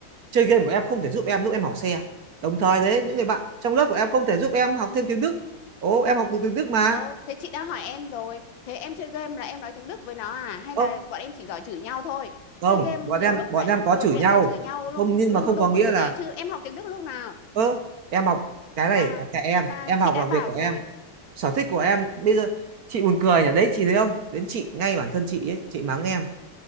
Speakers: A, on the right; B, on the left.
A: chơi game của em không thể giúp em lúc em hỏng xe. Đồng thời đấy,
B: ừ
A: những người bạn trong lớp của em không thể giúp em học thêm tiếng Đức. Ồ, em học từ tiếng Đức mà.
B: ơ thế chị đã hỏi em rồi thế em chơi game là em nói tiếng Đức với nó à hay
A: Ơ,
B: là bọn em chỉ giỏi chửi nhau thôi
A: không,
B: chơi game
A: bọn
B: nhiều
A: em
B: lúc
A: bọn
B: lại
A: em có
B: buột
A: chửi
B: miệng
A: nhau
B: ra chửi nhau lung,
A: không nhưng
B: lung
A: mà không
B: tung
A: có nghĩa
B: ở trên
A: là
B: ý chứ em học tiếng Đức lúc nào
A: ơ em học cái này
B: Mà
A: là cái em
B: mà
A: em
B: chị
A: học
B: đã
A: là việc
B: bảo
A: của
B: rồi,
A: em sở thích của em bây giờ chị buồn cười nhỉ đấy chị thấy không đến chị ngay bản thân chị ấy chị mắng em